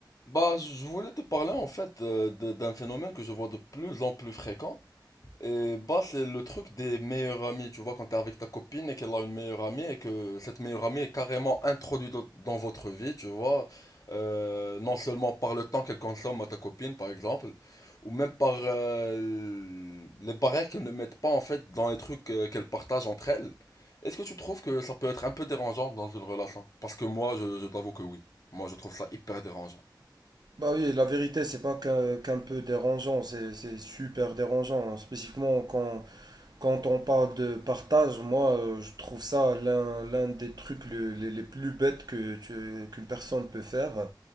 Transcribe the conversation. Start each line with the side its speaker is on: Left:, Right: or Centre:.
Left: Bah, je voulais te parler en fait euh, de- d'un phénomène que je vois de plus en plus fréquent. Et bah, c'est le truc des meilleurs amis. Tu vois, quand t'es avec ta copine et qu'elle a une meilleure amie et que cette meilleure amie est carrément introduite dans dans votre vie, tu vois. Euh, non seulement par le temps qu'elle consomme à ta copine, par exemple, ou même par euh, les barrières qu'elle ne mettent pas en fait dans les trucs euh, qu'elle partage entre elles. Est-ce que tu trouves que ça peut être un peu dérangeant dans une relation? Parce que moi, je, je t'avoue que oui. Moi, je trouve ça hyper dérangeant.
Right: Bah oui, la vérité, c'est pas qu'un qu'un peu dérangeant, c'est c'est super dérangeant. Spécifiquement quand, quand on parle de partage, moi, euh, je trouve ça l'un l'un des trucs le- les, les plus bêtes que tu- qu'une personne peut faire, euh,